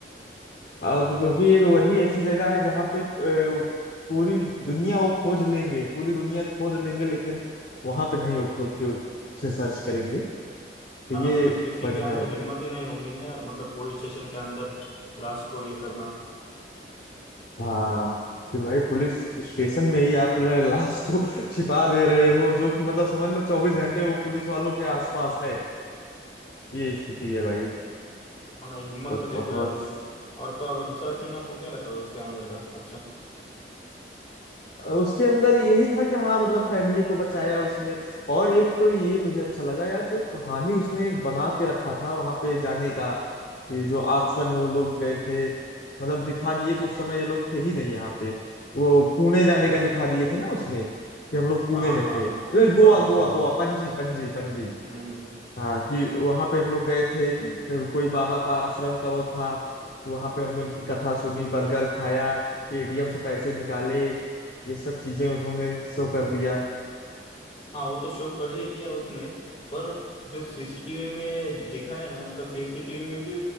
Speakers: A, on the left; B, on the left.
A: और क्योंकि एक वही ऐसी जगह है जहाँ पे अ, पूरी दुनिया वो खोज लेंगे पूरी दुनिया खोद लेंगे लेकिन वहां पे नहीं वो खोद के उसे सर्च करेंगे तो
B: हाँ ना
A: ये
B: मतलब किसी
A: बढ़िया
B: के अंदर
A: होगा
B: हिम्मत ही नहीं होगी ना यार मतलब पुलिस स्टेशन के अंदर लाश को ये करना
A: हाँ कि भाई पुलिस स्टेशन में ही आप जो है लाश को <laughs> छिपा दे रहे हो जो कि मतलब समझ लो चौबीस घंटे वो पुलिस वालों के आसपास है ये स्थिति है भाई
B: हाँ ना हिम्मत
A: तो
B: तो देखो
A: बहुत
B: यार उसकी और तो और दूसरा सीन आपको क्या लगा उसके अंदर का अच्छा
A: उसके अंदर यही था कि हाँ मतलब फैमिली को बचाया उसने और एक तो ये मुझे अच्छा लगा यार जो कहानी उसने बना के रखा था वहां पे जाने का ये जो आश्रम में वो लोग गए थे मतलब दिखा दिए कि उस समय ये लोग थे ही नहीं यहाँ पे वो पुणे जाने का दिखा दिए थे ना उसमें कि हम लोग पुणे
B: हाँ
A: में
B: हाँ
A: थे
B: हाँ
A: अरे गोवा
B: बराबर
A: गोवा
B: बराबर
A: गोवा पणजी पणजी पणजी
B: हम्म हम्म हम्म।
A: हाँ कि वहां पे हम लोग गए थे अ, कोई बाबा का आश्रम का वो था वहां पे हमने उनकी कथा सुनी बर्गर खाया एटीएम से पैसे निकाले ये सब चीजें उन्होंने शो कर दिया
B: हाँ वो तो शो कर ही दिया उसने पर जो सीसीटीवी में दिखाया ना मतलब सीसीटीवी में भी